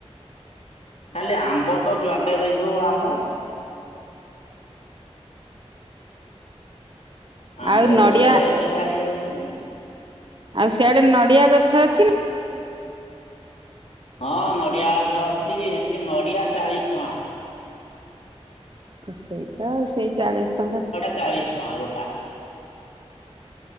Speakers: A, on the left; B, on the right.
A: ଖାଲି ଆମ୍ବ ତ ଜୁଆଡେ ଦେଖିବ ଆମ୍ବ। ଆମ୍ବ
B: ଆଉ
A: ଗୋରୁ
B: ନଡ଼ିଆ
A: ଗାଈ ତ ଖାଇଯାଉଛନ୍ତି।
B: ଆଉ ସିଆଡେ ନଡିଆ ଗଛ ଅଛି ନ
A: ହଁ ନଡ଼ିଆ ଗଛ ଅଛି ଏଠି ନଡ଼ିଆ ଚାଳିଶ୍ ଟଙ୍କା।
B: ସେଇ ତ ଆଉ ସେଇ ଚାଳିଶ ଟଙ୍କା।
A: ଚାଳିଶ୍ ଟଙ୍କା ଗୋଟା।